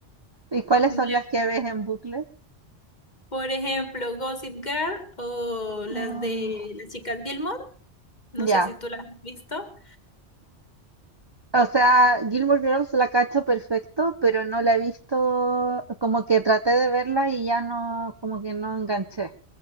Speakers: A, on the right; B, on the left.
A: ¿Y cuáles
B: Mira,
A: son las que ves en bucle?
B: Por ejemplo, Gossip Girl o las
A: Mm,
B: de las chicas Gilmore, no
A: ya,
B: sé si tú las has visto.
A: O sea, Gilmore Girls la cacho perfecto, pero no la he visto, como que traté de verla y ya no, como que no enganché.